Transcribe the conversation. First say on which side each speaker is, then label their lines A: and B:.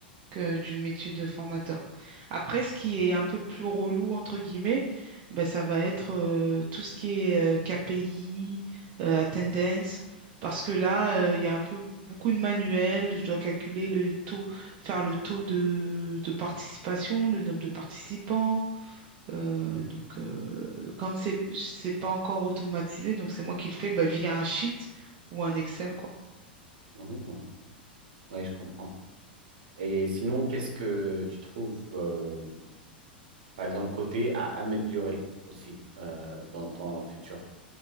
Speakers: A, on the right; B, on the right.
A: que du métier de formateur. Après, ce qui
B: Mhm.
A: est un peu plus relou, entre guillemets, ben, ça va être euh, tout ce qui est euh, KPI, euh, attendance, parce que là, euh, il y a un peu beaucoup de manuels. Je dois calculer le taux, faire le taux de, de participation, le nombre de participants, euh,
B: Mhm.
A: donc, euh, comme c'est c'est pas encore automatisé, donc c'est moi qui le fais bah, via un sheet ou un Excel, quoi.
B: Mhm. Mhm. Ouais, je comprends. Et sinon, qu'est-ce que tu trouves, euh, par exemple, côté à améliorer aussi euh, dans ton futur?